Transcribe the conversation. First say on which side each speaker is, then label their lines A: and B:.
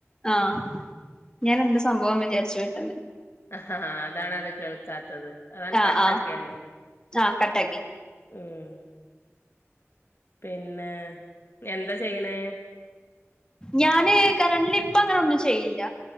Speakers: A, on the left; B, on the left.
A: ആഹ ഞാൻ എന്റെ സംഭവം വിചാരിച്ചു <unintelligible>
B: ഹ ഹ അതാണത് കേൾക്കാത്തത് അഹ് ആണ്ട്
A: ആഹ്
B: കട്ടാക്കിയാൽ
A: ആഹ്
B: മതി
A: ആഹ് കട്ടാക്കി
B: ഉം പിന്നെ എന്താ ചെയ്യ്ണേ
A: ഞാന് കറണ്ടില് ഇപ്പ അങ്ങനെ ഒന്നും ചെയ്യില്ല